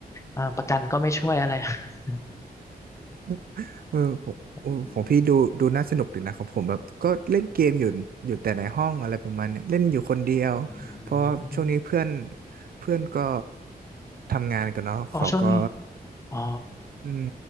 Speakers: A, on the left; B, on the right.
A: อ่าประกันก็ไม่ช่วยอะไร <laughs>
B: <laughs> เออผมเออของพี่ดูดูน่าสนุกดีนะของผมแบบก็เล่นเกมอยู่อยู่แต่ในห้องอะไรประมาณเนี้ยเล่นอยู่คนเดียวเพราะว่าช่วงนี้เพื่อน
A: อืมอืม
B: เพื่อนก็ทำงานกันเนาะเขาก็
A: อ๋อช่วงนี้อ๋อ
B: อืม